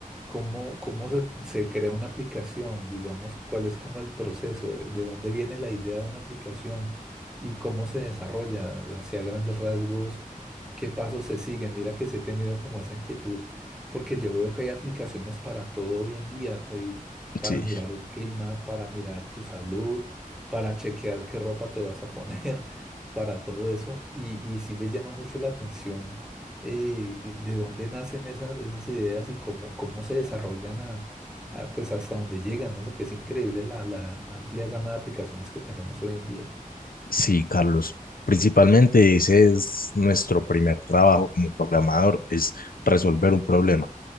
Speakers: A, in the centre; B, on the left.
A: ¿Cómo, cómo se, se crea una aplicación? Digamos, ¿cuál es como el proceso? ¿De, de dónde viene la idea de una aplicación? ¿Y cómo se desarrolla? Hacia grandes rasgos, ¿qué pasos se siguen? Mira que sí he tenido como esa inquietud, porque yo veo que hay aplicaciones para todo hoy en día, eh, para
B: Sí,
A: mirar el clima, para mirar tu salud, para chequear qué ropa te vas a poner, <laughs> para todo eso. Y, y sí me llama mucho la atención eh, de dónde nacen esas, esas ideas y cómo, cómo se desarrollan a- a, pues hasta dónde llegan, ¿no? Porque es increíble la, la amplia gama de aplicaciones que tenemos hoy en día.
B: sí, Carlos. Principalmente ese es nuestro primer trabajo como programador, es resolver un problema.